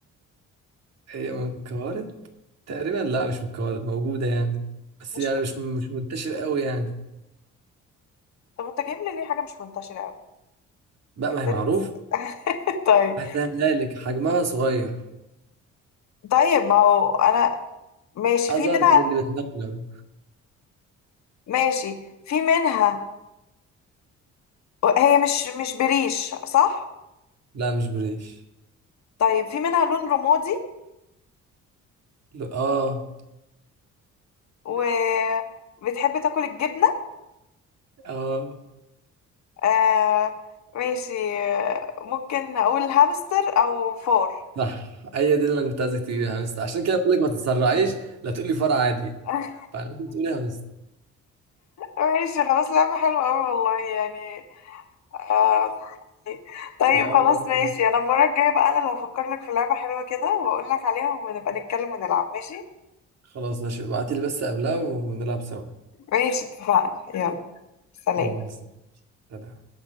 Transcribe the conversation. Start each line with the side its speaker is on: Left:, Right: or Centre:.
Right: هي من الكوارد تقريبا لا مش من الكوارد موجودة يعني بس
Left: مش
Right: يعني
Left: ب...
Right: مش مش منتشر قوي يعني
Left: طب انت جايب لي ليه حاجه مش منتشره قوي
Right: بقى
Left: انت
Right: ما هي معروف
Left: لسه <laughs> طيب
Right: هسهلها لك حجمها صغير
Left: طيب ما هو انا ماشي
Right: أصغر
Left: في منها
Right: من اللي بتنونو
Left: ماشي في منها هي مش مش بريش صح
Right: لا مش بريش
Left: طيب في منها لون رمادي
Right: اه
Left: وبتحب تاكل الجبنه
Right: اه
Left: آه ماشي آه، ممكن اقول هامستر او فار
Right: صح هي دي اللي انا كنت عايزك تجيبي يا همستة عشان كده بقول لك ما تتسرعيش لا تقولي فرع عادي
Left: <laughs>
Right: فلازم تقولي همستة
Left: ماشي خلاص لعبة حلوة أوي والله يعني آه طيب
Right: يا
Left: خلاص
Right: لازم
Left: ماشي أنا المرة الجاية بقى أنا اللي هفكر لك في لعبة حلوة كده وأقول لك عليها ونبقى نتكلم ونلعب ماشي
Right: خلاص ماشي ابعتي لي بس قبلها ونلعب سوا
Left: ماشي اتفقنا يلا سلام
Right: خلاص سلام